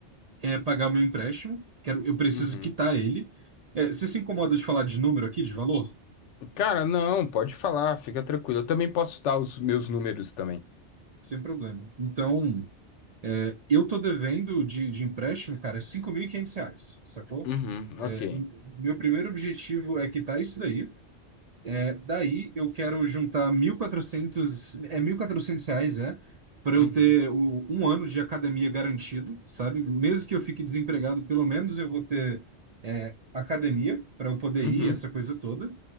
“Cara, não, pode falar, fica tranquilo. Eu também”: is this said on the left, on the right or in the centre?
Left